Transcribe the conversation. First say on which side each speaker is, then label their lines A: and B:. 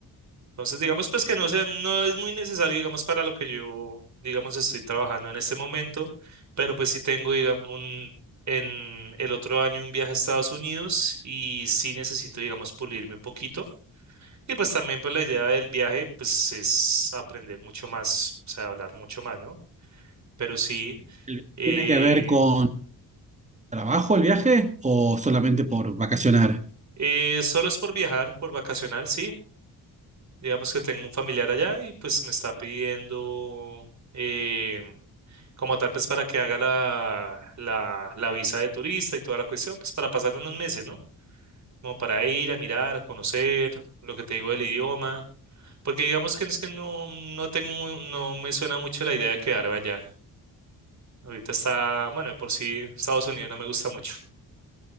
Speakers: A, on the right (about 45°); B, on the right (about 20°).
A: Entonces, digamos pues que no sea, no es muy necesario, digamos, para lo que yo, digamos, estoy trabajando en este momento, pero pues sí tengo, digamos, un, en el otro año un viaje a Estados Unidos y sí necesito, digamos, pulirme un poquito. Y pues también pues la idea del viaje pues es aprender mucho más, o sea, hablar mucho más, ¿no? Pero sí,
B: ¿El-
A: eh,
B: ¿Tiene que ver con trabajo el viaje o solamente por vacacionar?
A: eh, solo es por viajar, por vacacionar, sí. Digamos que tengo un familiar allá y pues me está pidiendo eh, como tal pues para que haga la, la, la visa de turista y toda la cuestión, pues para pasar unos meses, ¿no? Como para ir a mirar, a conocer, lo que te digo del idioma, porque digamos que no es que no, no tengo, mu- no me suena mucho la idea de quedarme allá. Ahorita está, bueno, de por sí Estados Unidos no me gusta mucho.